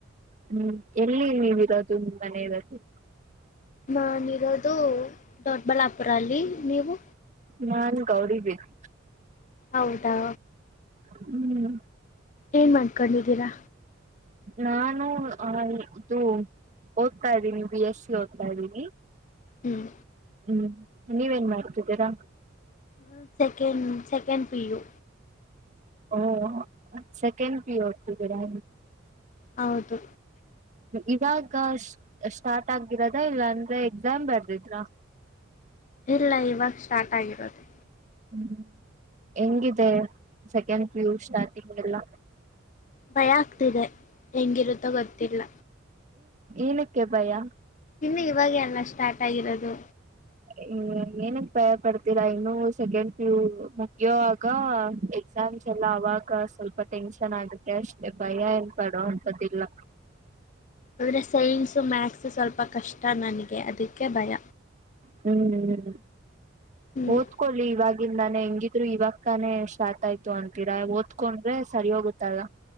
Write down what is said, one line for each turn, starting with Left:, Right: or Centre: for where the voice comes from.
Right: ಹ್ಮ್ ಎಲ್ಲಿ ನೀವಿರೋದು ನಿಮ್ಮನೆ ಇರೋದು
Left: ನಾನಿರೋದು ದೊಡ್ಡಬಳ್ಳಾಪುರ ಅಲ್ಲಿ ನೀವು
Right: ನಾನ್ ಗೌರಿಬಿದ್
Left: ಹೌದಾ
Right: ಹ್ಮ್
Left: ಏನ್ ಮಾಡ್ಕೊಂಡಿದ್ದೀರಾ
Right: ನಾನು ಆ ಇದು ಓದ್ತಾ ಇದ್ದೀನಿ ಬಿ ಎಸ್ ಸಿ ಓದ್ತಾ ಇದ್ದೀನಿ
Left: ಹ್ಮ್
Right: ಹ್ಮ್ ನೀವೇನ್ ಮಾಡ್ತಿದ್ದೀರಾ
Left: ನಾ ಸೆಕೆಂಡ್ ಸೆಕೆಂಡ್ ಪಿ ಯು
Right: ಓ ಸೆಕೆಂಡ್ ಪಿ ಯು ಒದ್ತಿದ್ದೀರಾ
Left: ಹೌದು
Right: ಇವಾಗ ಸ್ ಸ್ಟಾರ್ಟ್ ಆಗಿರದ ಇಲ್ಲ ಅಂದ್ರೆ ಎಕ್ಸಾಮ್ ಬರ್ದಿದ್ರ
Left: ಇಲ್ಲ ಇವಾಗ ಸ್ಟಾರ್ಟ್ ಆಗಿರೋದು
Right: ಹ್ಮ್ ಹೆಂಗಿದೆ ಸೆಕೆಂಡ್ ಪಿ ಯು ಸ್ಟಾರ್ಟಿಂಗ್ ಎಲ್ಲ
Left: ಭಯ ಆಗ್ತಿದೆ ಹೆಂಗಿರುತ್ತೋ ಗೊತ್ತಿಲ್ಲ
Right: ಏನಿಕ್ಕೆ ಭಯ
Left: ಇನ್ನು ಇವಾಗ ಎಲ್ಲ ಸ್ಟಾರ್ಟ್ ಆಗಿರೋದು
Right: ಹ್ಮ್ ಏನನ್ ಭಯ ಪಡ್ತೀರಾ ಇನ್ನು ಸೆಕೆಂಡ್ ಪಿ ಯು ಮುಗಿಯೊ ವಾಗ ಎಕ್ಸಾಮ್ಸ್ ಎಲ್ಲ ಅವಾಗ ಸ್ವಲ್ಪ ಟೆನ್ಷನ್ ಆಗುತ್ತೆ ಅಷ್ಟೆ ಭಯ ಏನ್ಪಡೊ ಅಂತದ್ದಿಲ್ಲ
Left: ಅಂದ್ರೆ ಸೈನ್ಸು ಮ್ಯಾಥ್ಸ್ ಸ್ವಲ್ಪ ಕಷ್ಟ ನನ್ಗೆ ಅದಕ್ಕೆ ಭಯ
Right: ಹ್ಮ್ ಹ್ಮ್
Left: ಹ್ಮ್
Right: ಓದ್ಕೊಳ್ಳಿ ಇವಾಗ್ ಇನ್ ನಾನ್ ಹೆಂಗಿದ್ರು ಇವಾಗ ತಾನೇ ಸ್ಟಾರ್ಟ್ ಆಯ್ತು ಅಂತೀರಾ ಓದ್ಕೊಂಡ್ರೆ ಸರಿ ಹೋಗುತ್ತಲ್ಲ